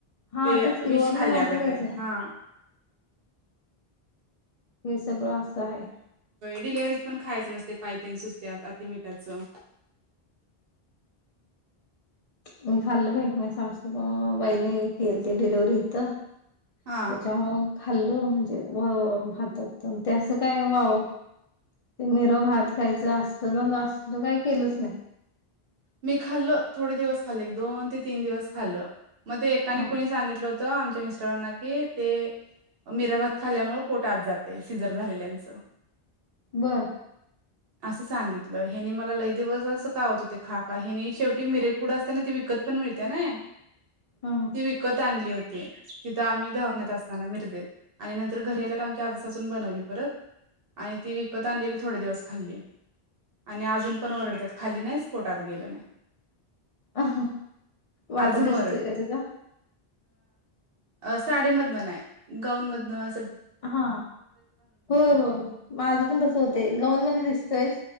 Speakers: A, on the left; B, on the right.
A: हा
B: ते
A: तेच की
B: विष
A: वरण
B: खाल्ल्यागत
A: घालून घ्यायचं
B: आहे
A: नाही.
B: हा
A: हे सगळं असं आहे
B: डिलिव्हरीत पण खायचं नसते पाय अन ते सुजत्यात अति मिठाचं
A: मी खाल्लं बाई मा सासू बाईंनी केलती डिलिव्हरी इथं
B: हा
A: त्याच्यामुळं खाल्लं म्हणजे भातात ते असं काय वाव ते मिरव भात खायचं असत ना असलं काय केलंच नाही.
B: मी खाल्लं थोडे दिवस खाल्ले दोन ते तीन दिवस खाल्लं. मग ते एकाने
A: हा.
B: कुणी सांगितलं होत त आमच्या मिस्टरांना की ते मिरंभात खाल्यामुळे पोटत आत जाते सिजर झालेल्यांच
A: बर.
B: असं सांगितलं ह्यानी मला लय दिवस असं कावत होते खा ह्यानी शेवटी मिरेपुडं असत्या ना ती विकत पण मिळते ने
A: हा
B: ती विकत आणली होत ते तिथं आम्ही धकत असताना मिर्देत आणि नंतर घरी आल्यावर आमच्या आजासून बनवली परत आणि ती विकत आणलेली थोडे दिवस खाल्ली आणि अजून पण ओरडतात खाल्ली नाहीस गेल नाही
A: अ वाट
B: अजून
A: दिसतोय
B: ओरडतात
A: का त्याचा
B: अ साडीमधन नाही गाऊनमधनं
A: हा हो होय माझं पण तस होत गऊनमध्ये दिसतेच